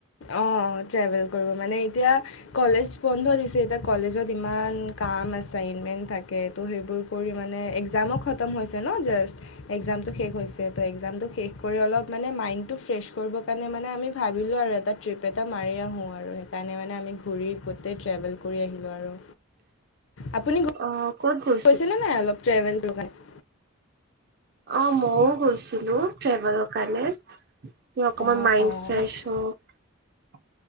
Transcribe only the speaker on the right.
অ' ক'ত গ'ল?
অ' মইয়ো গৈছিলোঁ, ট্ৰেভেলৰ কাৰণে। সি অকমান
মাইণ্ড
ফ্ৰেছ হওঁক